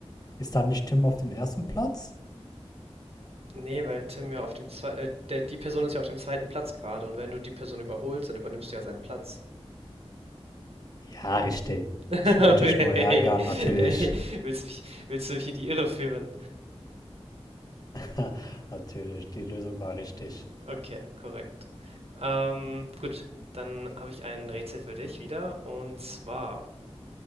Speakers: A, on the left (about 35°); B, on the right (about 65°).
A: Ist dann nicht Tim auf dem ersten Platz?
B: Nee, weil Tim ja auf dem zwei, äh, der, die Person ist ja auf dem zweiten Platz gerade und wenn du die Person überholst, dann übernimmst du ja seinen Platz.
A: Ja, richtig.
B: <laughs> Okay.
A: Ich wollte dich nur ärgern, natürlich.
B: Ey, willst du mich, willst du mich in die Irre führen?
A: <laughs> Natürlich, die Lösung war richtig.
B: Okay, korrekt. Ähm, gut, dann habe ich ein Rätsel für dich wieder und zwar,